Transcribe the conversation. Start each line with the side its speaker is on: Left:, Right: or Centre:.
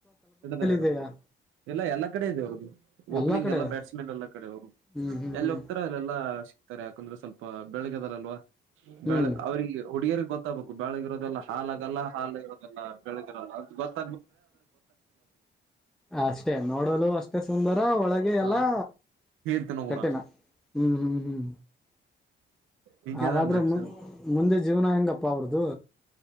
Right: ಹಿಡಿದೇರೆಡೊ
Centre: ಇದೆಯಾ
Right: ಇಲ್ಲ ಎಲ್ಲಾ ಕಡೆ ಇದೆ ಅವ್ರದು ಓಪನಿಂಗ್
Centre: ಎಲ್ಲಾ ಕಡೆ
Right: ಎಲ್ಲ ಬ್ಯಾಟ್ಸ್ಮನ್ ಎಲ್ಲಾ ಕಡೆ ಅವರು
Centre: ಹ್ಮ್ ಹ್ಮ್
Right: ಎಲ್ಲಿ
Centre: ಹ್ಮ್
Right: ಹೋಗ್ತಾರೆ ಅಲ್ಲೆಲ್ಲಾ ಸಿಕ್ತಾರೆ ಯಾಕಂದ್ರೆ ಸ್ವಲ್. ಪ ಬೆಳಿಗಿದರಲ್ವಾ.
Centre: ಹ್ಮ್
Right: ಬೆಳ್ಳಗ ಅವ್ರಿಗೆ ಹುಡುಗಿಯರ್ಗ್ ಗೊತ್ತ. ತ್ತಬುಕು ಬೆಳ್ಳಗ ಇರೊದ. ದನ್ನಾ ಶಾನಗಲ್ಲಾ ಹಾಲಗ ಇರೋದಲ್ಲ ಬೆಳಗಿರಲ್ಲ ಅಂತ ಗೊತ್ತ್.
Centre: ಅಹ್ ಅಷ್ಟೇ ನೋಡಲು ಅಷ್ಟೇ ಸುಂದ. ದೊ ಒಳಗೆ ಎಲ್ಲಾ
Right: ಹಾ ಹೇಳ್ತನ ಗುಣ
Centre: ಕಠಿಣ ಹ್ಮ್ ಹ್ಮ್ ಹ್ಮ್.
Right: ಹಿಂಗದ
Centre: ಹಾಗಾದ್ರೆ
Right: ಮಜ
Centre: ಮು ಮುಂದೆ ಜೀವನ ಹೆಂಗಪ್ಪಾ ಅವ್ರದು.